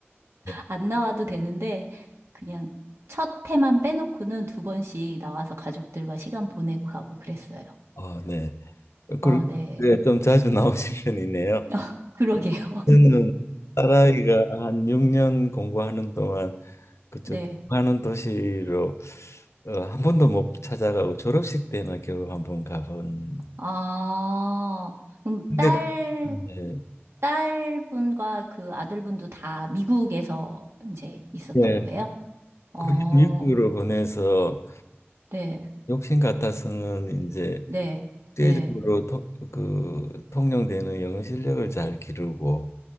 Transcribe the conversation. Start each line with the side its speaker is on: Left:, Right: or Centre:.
Left: 네.
Right: 안 나와도 되는데, 그냥 첫 해만 빼놓고는 두 번씩 나와서 가족들과 시간 보내고 가고 그랬어요.
Left: 어, 네. 그,
Right: 어, 네.
Left: 네, 좀 자주 <laughs> 나오신 편이네요.
Right: <laughs> 그러게요.
Left: 저는 딸아이가 한 6년 공부하는 동안 그쪽
Right: 네.
Left: 공부하는 도시로 어, 한 번도 못 찾아가고 졸업식 때나 겨우 한 번 가본.
Right: 아, 그럼
Left: 근데
Right: 딸,
Left: 네,
Right: 딸분과 그 아들분도 다 미국에서 이제 있었던
Left: 예,
Right: 거예요? 어,
Left: 그렇게 미국으로 보내서
Right: 네,
Left: 욕심 같아서는 이제
Right: 네,
Left: 국제적으로
Right: 네.
Left: 통- 그 통용되는 영어 실력을 잘 기르고